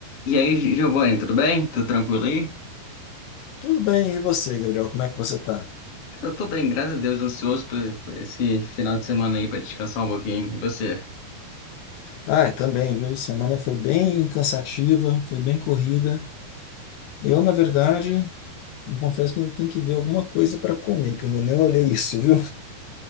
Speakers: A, on the left; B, on the left.
A: E aí, Giovanni, tudo bem? Tudo tranquilo aí?
B: Tudo bem, e você, Gabriel? Como é que você tá?
A: Eu tô bem, graças a Deus, ansioso por, por esse final de semana aí pra descansar um pouquinho. E você?
B: Ai, também, viu? Semana foi bem cansativa, foi bem corrida. Eu, na verdade, eu confesso que eu tenho que ver alguma coisa para comer, que eu ainda nem olhei isso, viu?